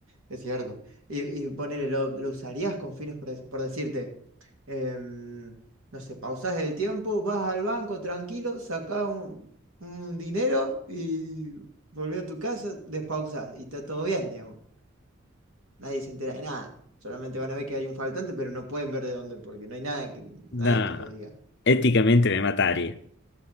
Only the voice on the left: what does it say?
Nada,
éticamente me mataría.